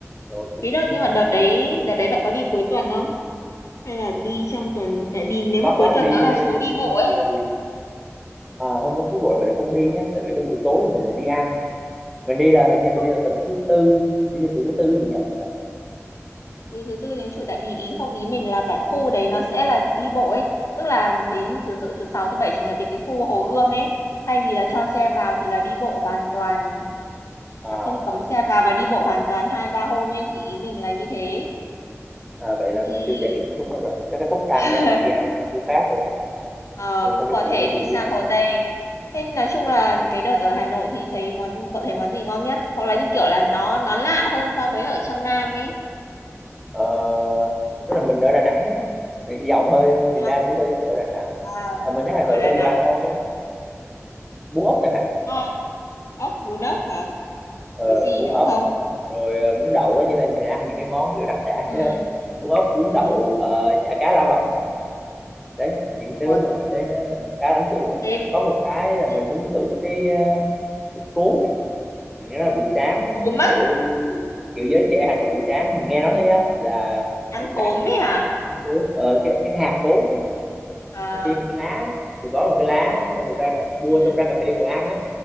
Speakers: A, in the centre; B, on the left (about 70°).
A: rồi cũng
B: cái đợt nhưng mà đợt đấy đợt đấy bạn có đi cuối tuần không hay là đi trong tuần tại vì nếu
A: có
B: mà cuối
A: có
B: tuần
A: đi
B: nó là phố đi
A: đi
B: bộ ấy
A: từ à, không có khối bụi mà lại không đi nhá tại vì cái buổi tối mình lại đi ăn mình đi là hình như mình
B: hôm
A: đi là tầm thứ tư đi từ thứ tư chủ nhật thì phải
B: từ thứ tư đến chủ tại vì ý không ý mình là cả khu đấy nó sẽ là đi bộ ấy tức là đến thứ tự thứ sáu thứ bảy chủ nhật thì cái khu Hồ Gươm ấy thay vì là cho xe vào thì là đi bộ hoàn toàn
A: à,
B: là không cấm xe vào và đi bộ hoàn toàn hai ba hôm ấy thì ý mình là như thế
A: à, vậy là
B: thì
A: mình chưa trải nghiệm cái khúc đó rồi chắc cái khúc tham
B: <laughs>
A: đó mình đi ăn ở khu khác rồi
B: ờ,
A: mình không
B: cũng
A: đi
B: có
A: vào
B: thể
A: khu
B: đi
A: Hồ
B: sang
A: Gươm đấy
B: Hồ Tây nên nói chung là cái đợt ở Hà Nội thì thấy món cậu thấy món gì ngon nhất hoặc là như kiểu là nó nó lạ hơn so với ở trong Nam ấy
A: Ờ, rất là mình ở Đà Nẵng nhé giọng hơi miền
B: à,
A: Nam tí thôi ở Đà Nẵng
B: à,
A: Ờ, mình thấy Hà
B: ở
A: Nội
B: Đà
A: tao
B: Nẵng
A: đồ ăn ngon nhá bún ốc chẳng hạn
B: ngon ốc bún ốc hả
A: ờ,
B: với gì
A: bún
B: nữa
A: ốc
B: không
A: rồi ờ, bún đậu đó như là mình ăn những cái món kiểu đặc sản
B: ừ
A: á. bún ốc bún
B: ừ
A: đậu ờ, chả cá lá vọng đấy những thứ
B: ờ,
A: mà mình thấy nó khá là ấn tượng mình
B: thế,
A: có một cái là
B: thế
A: mình muốn thử cái ờ, cái cốm ấy mình nghe nói là buổi sáng
B: cốm á
A: kiểu kiểu giới trẻ Hà Nội buổi sáng mình nghe nói thôi nhá là
B: ăn
A: buổi
B: cốm
A: sáng
B: ấy hả
A: ăn cốm ờ, cái cái hạt cốm ấy
B: à
A: là trên một cái lá rồi gói bằng cái lá
B: ừ
A: xong rồi ra mua
B: ừ
A: xong ra cà phê ngồi ăn á